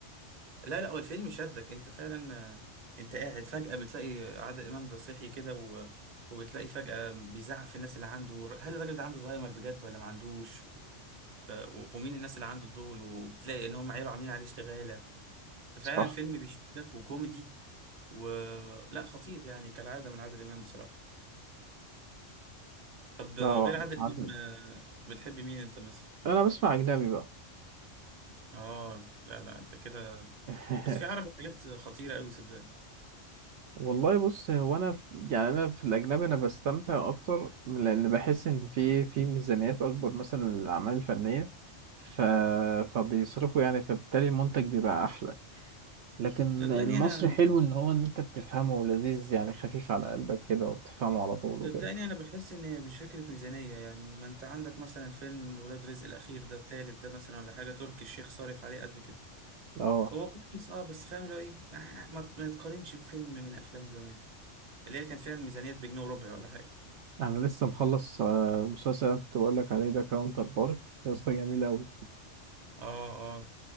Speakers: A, on the right; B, on the right.
A: لا لا هو الفيلم شدك انت فعلا آه، انت قاعد فجأة بتلاقي عادل امام ده صحي كده و... وبتلاقي فجأة بيزعق في الناس اللي عنده هل الراجل ده عنده زهايمر بجد ولا ما عندوش ف... و... ومين الناس اللي عنده دول وبتلاقي ان هم عيله عاملين عليه اشتغالة ففعلا
B: صح
A: الفيلم بيشدك وكوميدي و لا خطير يعني كالعادة من عادل امام بصراحة طب آه،
B: لا هو
A: غير عادل
B: عادل
A: امام آه، بتحب مين انت مثلا
B: انا بسمع اجنبي بقى
A: اه لا لا انت كده
B: <laughs>
A: بس في عربي حاجات خطيرة قوي صدقني
B: والله بص هو انا في يعني انا في الاجنبي انا بستمتع اكتر لان بحس ان في في ميزانيات اكبر مثلا للاعمال الفنيه ف... فبيصرفوا يعني فبالتالي المنتج بيبقى احلى لكن
A: صدقني
B: المصري
A: انا
B: حلو ان هو ان انت بتفهمه لذيذ يعني خفيف على قلبك كده وبتفهمه على طول وكده
A: صدقني انا بحس ان هي مش فكره ميزانيه يعني ما انت عندك مثلا فيلم ولاد رزق الاخير ده التالت ده مثلا ولا حاجه تركي الشيخ صارف عليه قد كده
B: اه
A: هو كويس اه بس فاهم اللي هو ايه ما ما ما تقارنش بفيلم من افلام زمان اللي هي كان فيها الميزانيات بجنيه وربع ولا حاجه
B: انا لسه مخلص آه، المسلسل اللي أنا كنت بقول لك عليه ده كاونتر بارت يا اسطى جميل قوي
A: اه اه